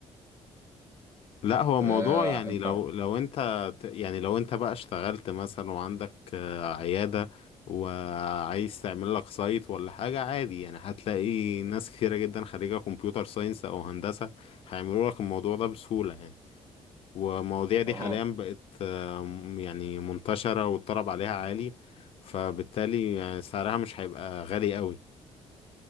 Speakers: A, on the left (about 55°); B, on the right (about 25°).
A: لا هو موضوع
B: آه،
A: يعني
B: انت
A: لو لو انت ت- يعني لو انت بقى اشتغلت مثلا وعندك آه، عيادة وعايز تعمل لك سايت ولا حاجة عادي يعني هتلاقي ناس كتيرة جدا خريجة كمبيوتر ساينس او هندسة هيعملوا لك الموضوع ده بسهولة يعني والمواضيع دي
B: اه
A: حاليا بقت آم، يعني منتشرة والطلب عليها عالي فبالتالي يعني سعرها مش هيبقى غالي قوي